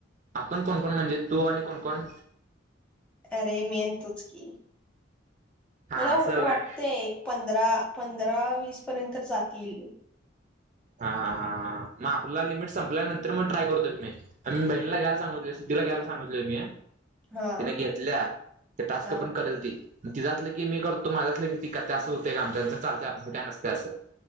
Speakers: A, on the right (about 40°); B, in the centre.
A: आपण कोणकण म्हणजे तू आणि कोणकोण.
B: अरे मी तुचकी.
A: हा
B: मला
A: असं
B: वाटतय
A: होय
B: एक पंधरा. पंधरा वीस पर्यंत जातील.
A: हा, हा, हा मग आपला लिमिट संपल्यानंतर मग ट्राय करतो मी बहीणीला घ्यायला सांगितलोय, सिद्धीला घ्यायला सांगितलोय मी.
B: हा
A: तिने घेतल्या ते टास्क
B: हा
A: पण करेल ती. तिज असलं की मी करतो माझं असलं की ती करते, असं होतय का आमच्याचं चालतय आमचं आमचं आमच्यात काय नसतं असं.